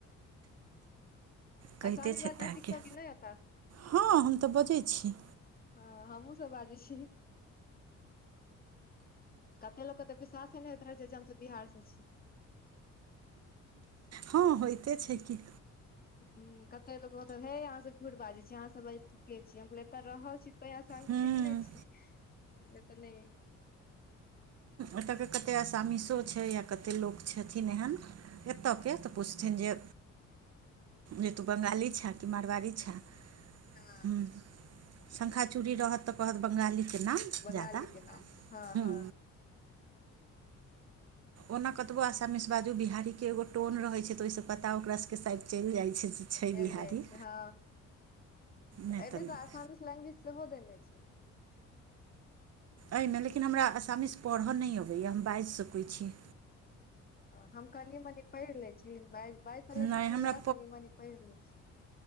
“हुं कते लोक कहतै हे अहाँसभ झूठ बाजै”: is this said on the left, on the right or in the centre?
Left